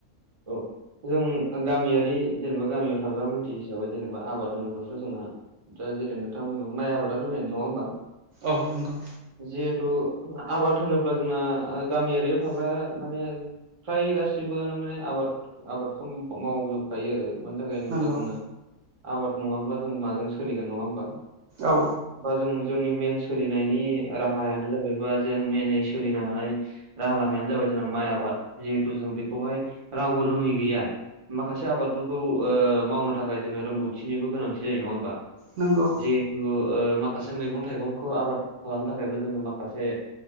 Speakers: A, on the right; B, on the right.
A: औ जों गामियारि जेनेबा गामियाव थाग्रा मानसि हिसाबै जेनेबा आबाद होनोब्लाथ' जोंहा दा जेरै नोंथाङा बुंदों माइ आबादानो मेन नङा होमबा?
B: औ नंगौ।
A: जिहेथु आबाद होनोब्ला जोंना गामियारियाव थाग्रा माने फ्राय गासिबोआनो माने आबाद आबादखौ मावजोबखायो आरो मानि थाखाय होनोब्ला
B: नंगौ
A: जोंना आबाद नङाब्ला जों माजों सोलिगोन नङा होमबा
B: औ
A: बा जों जोंनि मेन सोलिनायनि राहायानो जाहैबा जों मेनै सोलिनो हानाय राहा लामायानो जाबाय जोंना माइ आबाद जिहेथु जों बेखौहाय रावबो रोङै गैया माखासे आबादफोरखौ मावनो थाखाय जोंनो रोंगौथिनिबो गोनांथि जायो नङा होमबा
B: नोंगौ
A: जिहेथु माखासे मैगं थाइगंखौ आबाद खालामनो थाखायबो जोङो माखासे